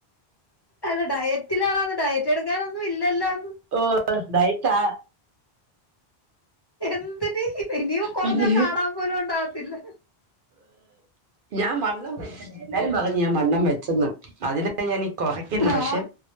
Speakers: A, on the left (about 30°); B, on the right (about 60°).
A: അല്ല ഡയറ്റിലാണോന്ന് ഡയറ്റെടുക്കാനൊന്നും ഇല്ലല്ലോന്ന്.
B: ഓ ഡയടറ്റാ
A: എന്തെടി ഇനിയും കൊറഞ്ഞാ
B: പിന്നെ
A: കാണാൻ പോലും ഒണ്ടാകത്തില്ല.
B: ഞാൻ വണ്ണം വച്ചെന്നേ എല്ലാരും പറഞ്ഞ് ഞാൻ വണ്ണം വെച്ചന്ന്, അതിന ഞാനീ കൊറയ്ക്കുന്നു പക്ഷെ
A: ആ